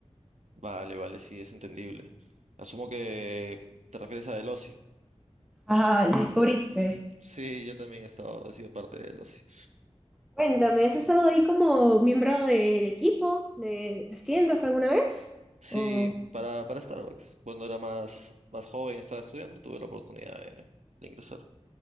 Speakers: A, on the right; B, in the centre.
A: Vale, vale, sí, es entendible. Asumo que te refieres a Delossi.
B: Ajá, descubriste.
A: Sí, yo también he estado, he sido parte de los...
B: Cuéntame, ¿has estado ahí como miembro de, de equipo de las tiendas alguna vez?
A: Sí,
B: O...
A: para, para Starbucks. Cuando era más, más joven, estaba estudiando, tuve la oportunidad de, de ingresar.